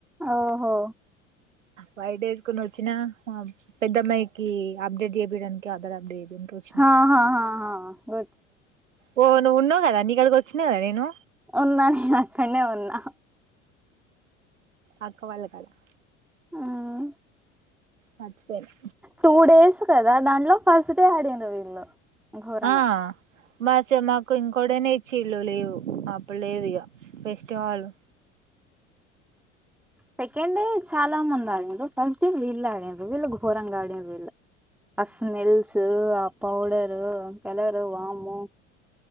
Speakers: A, in the centre; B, on the right.
A: ఓహో
B: వైట్ వేసుకుని వచ్చిన మా పెద్దఅమ్మాయికి అప్డేట్ చేపియ్యడానికి ఆధార్ అప్డేట్ చేపియడానికి వచ్చిన
A: హహహ హ హ
B: ఓ నువ్వు ఉన్నావు గదా నీ కాడికి వచ్చినా కదా నేను
A: ఉన్న నేను ఆక్కడనే ఉన్నా
B: అక్క వాళ్ళకాడికి
A: మ్మ్.
B: మర్చిపోయిన
A: టూ డేస్ కదా దాంట్లో ఫస్ట్ డే యాడ్ అయ్యిండ్రు వీళ్ళు ఘోరంగా
B: ఆ మాసె మాకు ఇంకో కోడనే ఇచ్చిళ్ళు లేవు అప్పుడు లేదు ఇగ పేస్ట్ హాల్
A: సెకండ్ డే చాలా మంది ఆడిండ్రు ఫస్ట్ డే వీళ్ళు ఆడిండ్రు వీళ్ళు ఘోరంగా ఆడిండ్రు వీళ్ళు ఆ స్మైల్సు, ఆ పౌడర్ కలర్ వామ్మో